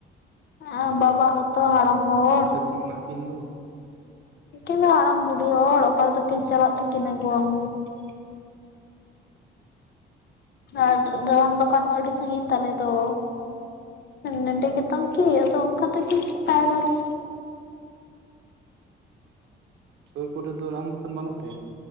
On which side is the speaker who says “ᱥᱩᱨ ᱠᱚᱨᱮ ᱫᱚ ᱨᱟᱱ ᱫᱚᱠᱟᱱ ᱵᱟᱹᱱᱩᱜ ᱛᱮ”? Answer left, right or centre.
Right